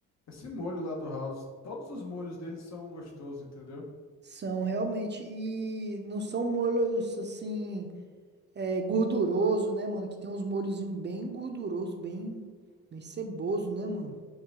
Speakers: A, on the left; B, on the right.
A: esse molho lá do House. Todos os molhos deles são gostosos, entendeu?
B: São realmente. E não são molhos, assim, é, gorduroso, né, mano? Que tem uns molhozinhos bem gorduroso, bem, bem ceboso, né, mano?